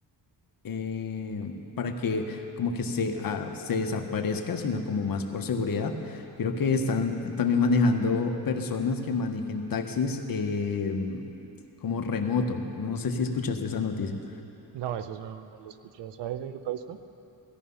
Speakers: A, on the left; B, on the right.
A: eh, para que como que se, ah, se desaparezca, sino como más por seguridad. Creo que están también manejando personas que manejen taxis eh, como remoto. No sé si escuchaste esa noticia.
B: No, eso no, no lo he escuchado. ¿Sabes en qué país fue?